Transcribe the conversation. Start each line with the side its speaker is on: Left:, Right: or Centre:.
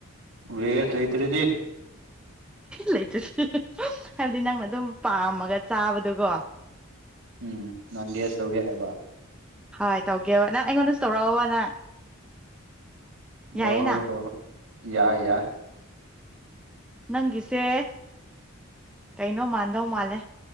Right: ꯂꯩꯌꯦ ꯂꯩꯇ꯭ꯔꯗꯤ
Centre: ꯂꯩꯇ꯭ꯔ ꯍꯥꯏꯕꯗꯤ ꯅꯪꯅ ꯑꯗꯨꯝ ꯄꯥꯝꯃꯒ ꯆꯥꯕꯗꯨꯒꯣ
Right: ꯎꯝ ꯅꯪ ꯒꯦꯁ ꯇꯧꯒꯦ ꯍꯥꯏꯕ
Centre: ꯍꯣꯏ ꯇꯧꯒꯦꯕ ꯅꯪ ꯑꯩꯉꯣꯟꯗꯁꯨ ꯇꯧꯔꯛꯑꯣꯕ ꯅꯪ
Right: ꯍꯣꯏ
Centre: ꯌꯥꯏꯌꯦꯅ
Right: ꯍꯣꯏ ꯍꯣꯏ ꯍꯣꯏ ꯌꯥꯏ ꯌꯥꯏ
Centre: ꯅꯪꯒꯤꯁꯦ ꯀꯩꯅꯣ ꯃꯥꯗꯧ ꯃꯥꯂꯦ